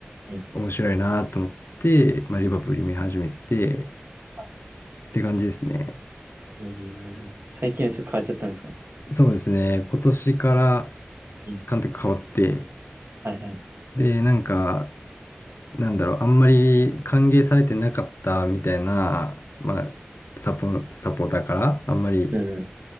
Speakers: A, on the right; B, on the left.
A: うん。
B: 面白いなと思って、まあ、リバプール見始めて、
A: はい。
B: って感じですね。
A: うん。最近はちょっと変わっちゃったんですか
B: そうですね。今年から
A: うん。
B: 監督変わって、
A: はいはい。
B: で、なんか、なんだろう、あんまり歓迎されてなかったみたいな、まあ、サポ、サポーターから、あんまり
A: うん。